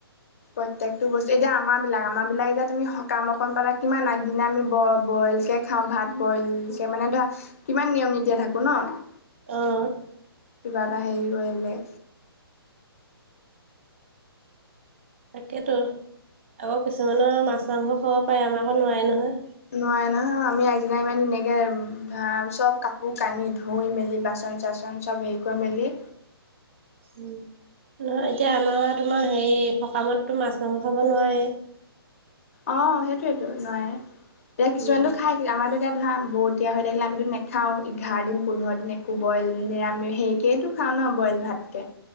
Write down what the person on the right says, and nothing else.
অ'।
তাকেতো আকৌ কিছুমানৰ মাছ-মাংস খাব পাৰে আমাৰ আকৌ নোৱাৰে নহয়।
উম, নহয় এতিয়া আমাৰ তোমাৰ হেৰি সকামতটো মাছ মাংস খাব নোৱাৰে।
উম